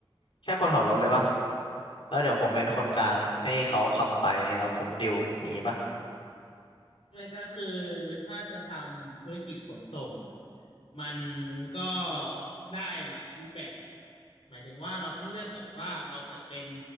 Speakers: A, on the left; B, on the left.
A: แค่คนขับรถเลยป่ะแล้วเดี๋ยวผมเป็นคนกลางให้เขาขับไปแล้วผมดิวอย่างงี้ป่ะ
B: ไม่ก็คือถ้าจะทำธุรกิจขนส่งมันก็ได้หลายรูปแบบหมายถึงว่าเราต้องเลือกก่อนว่าเราจะเป็น